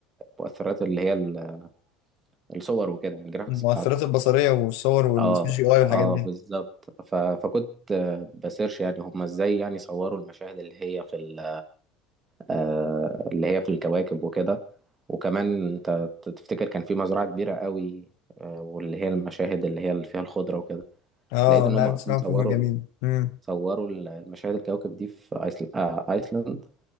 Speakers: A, on the right; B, on the left.
A: المؤثرات اللي هي ال- الصور وكده يعني الجرافيكس
B: المؤثرات
A: بتاعته
B: البصرية والصور والسي
A: اه
B: جي اي والحاجات
A: اه
B: دي
A: بالظبط ف... فكنت آه، بسيرش يعني هم ازاي يعني صوروا المشاهد اللي هي في ال... آه، اللي هي في الكواكب وكده وكمان انت تفتكر كان في مزرعة كبيرة قوي آه، واللي هي المشاهد اللي هي اللي فيها الخضرة وكده
B: اه
A: لقيت ان
B: لا
A: هم اصلا
B: بصراحة
A: صوروا
B: فيلم جميل امم
A: صوروا المشاهد الكواكب دي في ايسل... آه، ايسلند